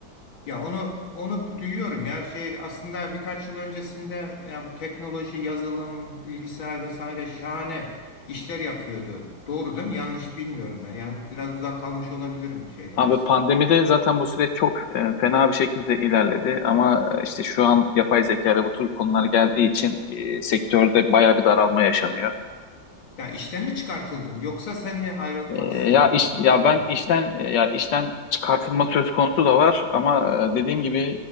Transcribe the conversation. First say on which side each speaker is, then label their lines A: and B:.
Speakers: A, on the left (about 80°); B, on the left (about 65°).
A: Ya onu onu duyuyorum ya şey aslında birkaç yıl öncesinde ya bu teknoloji, yazılım, bilgisayar vesaire şahane işler yapıyordu. Doğru değil mi? Yanlış bilmiyorum ben. Yani biraz uzak kalmış olabilirim şeyden
B: Abi
A: aslında.
B: pandemide zaten bu süreç çok e, fena bir şekilde ilerledi. Ama e, işte şu an yapay zeka ve bu tür konular geldiği için e, sektörde bayağı bir daralma yaşanıyor.
A: Ya işten mi çıkartıldın yoksa sen mi ayrılmak
B: E,
A: istedin?
B: Ya iş, ya
A: Anlamadım.
B: ben işten e, ya işten çıkartılma söz konusu da var ama e, dediğim gibi